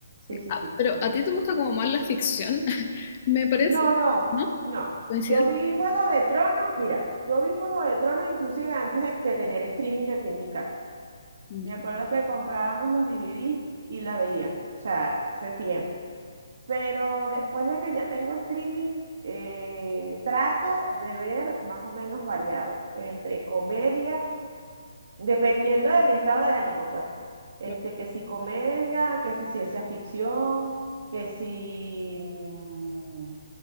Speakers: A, on the left; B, on the right.
A: Sí.
B: sí, sí,
A: Ah,
B: sí,
A: pero
B: completo.
A: ¿a ti te gusta como más la ficción? <laughs> Me parece,
B: No, no,
A: ¿no?
B: no.
A: ¿Coincidencia?
B: Yo vi Juego de Tronos, mira, yo vi Juego de Tronos inclusive antes de, de tener streaming aquí en mi casa.
A: Ya,
B: Me acuerdo que comprábamos los DVDs y las veíamos, o sea, hace tiempo. Pero después de que ya tengo streaming, eh, trato de ver más o menos variado, entre comedia dependiendo de mi estado de ánimo, pues. Este,
A: claro.
B: que si comedia, que si ciencia ficción, que si... mm,